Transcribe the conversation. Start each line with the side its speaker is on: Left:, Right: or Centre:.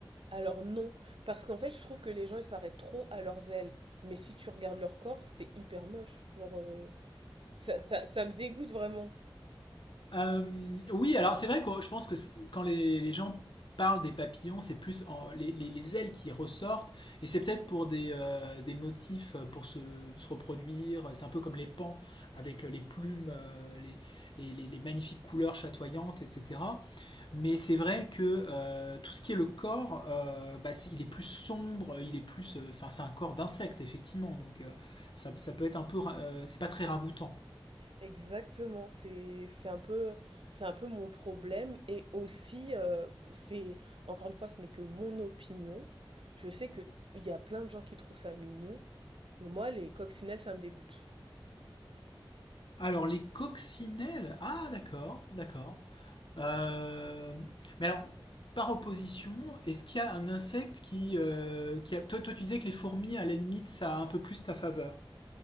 Right: Alors non, parce qu'en fait, je trouve que les gens, ils s'arrêtent trop à leurs ailes. Mais si tu regardes leur corps, c'est hyper moche. Genre, euh, ça, ça, ça me dégoûte vraiment.
Left: Euh, oui, alors c'est vrai que je pense que c- quand les, les gens parlent des papillons, c'est plus en- les, les- les ailes qui ressortent, et c'est peut-être pour des, euh, des motifs euh, pour se, se reproduire. C'est un peu comme les pans avec euh, les plumes, euh, les, les- les- les magnifiques couleurs chatoyantes, etc. Mais c'est vrai que euh, tout ce qui est le corps, euh, bah, c'est- il est plus sombre, il est plus, euh, enfin c'est un corps d'insecte effectivement, donc euh, ça, ça peut être un peu, ra- euh, c'est pas très ragoûtant.
Right: Exactement, c'est c'est un peu c'est un peu mon problème et aussi euh, c'est encore une fois ce n'est que mon opinion. Je sais que il y a plein de gens qui trouvent ça mignon, mais moi les coccinelles ça me dégoûte.
Left: Alors, les coccinelles. Ah, d'accord, d'accord. Euh, Mais alors, par opposition, est-ce qu'il y a un insecte qui, euh, qui a... Toi, toi, tu disais que les fourmis, à la limite, ça a un peu plus ta faveur.